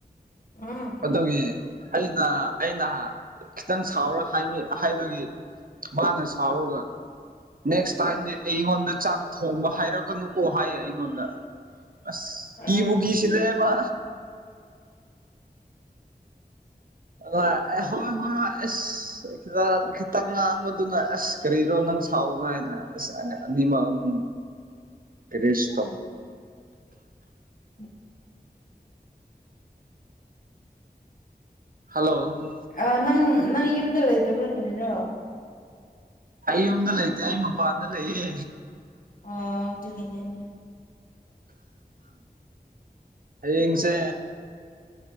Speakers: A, on the left; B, on the right.
A: <unintelligible>
B: ꯑꯗꯨꯒꯤ ꯑꯩꯅ ꯑꯩꯅ ꯈꯤꯇꯪ ꯁꯥꯎꯔꯒ ꯍꯥꯏꯕꯒꯤ꯫ ꯃꯥꯅ ꯁꯥꯎꯔꯒ ꯅꯦꯛꯁ ꯇꯥꯏꯝꯗꯤ ꯑꯩꯉꯣꯟꯗ ꯆꯥꯛ ꯊꯣꯡꯕ ꯍꯥꯏꯔꯛꯀꯅꯨꯀꯣ ꯍꯥꯏꯌꯦ ꯑꯩꯉꯣꯟꯗ ꯑꯁ
A: ꯑꯥ
B: ꯀꯤꯕꯨ ꯀꯤꯁꯤꯜꯂꯦ ꯃꯥ꯫ ꯑ ꯍꯣꯏ ꯍꯣꯏ ꯍꯣꯏ ꯑꯁ ꯈꯤꯇꯪ ꯈꯤꯇꯪ ꯉꯥꯡꯕꯗꯨꯅ ꯑꯁ꯫ ꯀꯔꯤꯅꯣ ꯅꯪ ꯁꯥꯎꯒꯅꯨ ꯍꯥꯏꯅ ꯑꯁ ꯑꯅꯤꯃꯛ ꯑꯃ꯫
A: <inaudible>
B: ꯀꯦꯔꯤꯁꯇꯣ
A: <inaudible>
B: ꯍꯜꯂꯣ
A: ꯑ ꯅꯪ ꯅꯪ ꯌꯨꯝꯗ ꯂꯩꯇꯕ꯭ꯔꯥ ꯀꯔꯤꯅꯣ꯫
B: ꯑꯩ ꯌꯨꯝꯗ ꯂꯩꯇꯦ ꯑꯩ ꯃꯄꯥꯟꯗ ꯂꯩꯌꯦ꯫
A: ꯑꯣ ꯑꯗꯨꯒꯤꯅꯦꯕ꯫
B: ꯍꯌꯦꯡꯁꯦ